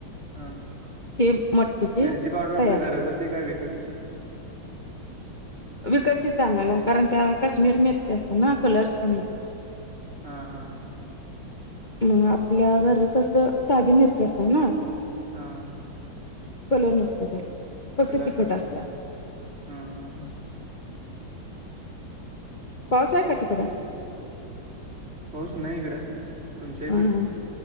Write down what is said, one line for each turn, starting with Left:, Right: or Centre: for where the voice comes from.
Right: हा
Left: हे मटकीची
Right: मिरची पावडर आपली
Left: तयार
Right: घरगुती का विकत? चे <unintelligible>
Left: विकतचीच आनाला कारण त्या काश्मीर मिरची असते ना कलर छान येतो
Right: हा हा हा ह
Left: मग आपल्या घरी कसं साधी मिरची असनार ना
Right: हा
Left: कलर नसतो त्याला फक्त
Right: कल
Left: तिखट
Right: नुसार
Left: असत
Right: हा ह ह
Left: पासाा कात कड
Right: होऊस नाही इकडं तुमच्या इकडं
Left: हम्म